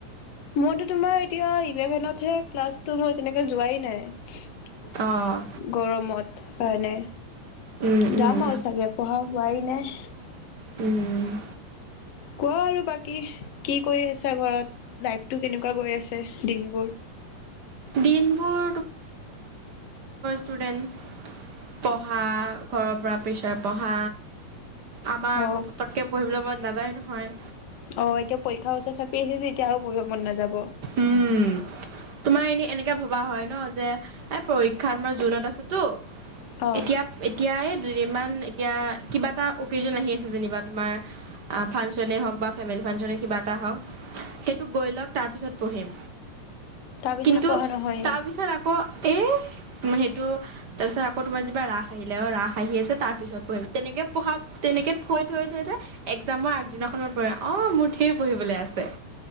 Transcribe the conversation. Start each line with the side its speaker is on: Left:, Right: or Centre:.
Left: মোৰতো তোমাৰ এতিয়া ইলেভেনত ক্লাছটো হয় তেনেকে যোৱা নাই
Right: অ',
Left: গৰমত হয় নে
Right: উম, উম,
Left: যাম আৰু চাগে পঢ়া হোৱাই নাই <inaudible>
Right: উম
Left: কোৱা আৰু বাকী কি কৰি আছা ঘৰত লাইফটো কেনেকুৱা গৈ আছে দিনবোৰ
Right: দিনবোৰ ষ্টুডেণ্ পঢ়া ঘৰৰ পৰা পেছা পঢ়া আমাৰ
Left: অ
Right: আকৌ পতককে পঢ়িবলৈ মন নাযায় নহয়
Left: অ এতিয়া পৰীক্ষা <unintelligible> মন নাযাব
Right: উম তোমাৰ এনেই এনেকে ভবা হয় ন যে এই পৰীক্ষাত আমাৰ জুনত আছেতো
Left: অ
Right: এতিয়া এতিয়াই দুদিনমান এতিয়া কিবা এটা অকেজন আহি আছে যেনিবা তোমাৰ ফাংচনে হওক বা ফেমিলি ফাংচনে কিবা এটা হওক ত গৈ লওক তাৰপিছত পঢ়িম
Left: তাৰপিছতো
Right: কিন্তু
Left: পঢ়া নহয়েই
Right: তাৰ পিছত আকৌ এই সেইটো তাৰ পিছত আকৌ তোমাৰিব ৰা আহিলে অ ৰাস আহি আছে তাৰপিছত পঢ়িম তেনেকে পঢ়া তেনেকে থৈ থৈ থৈ থৈ একজামৰ আগদিনাখনত পৰা অ মোৰ ঢেৰ পঢ়িবলে আছে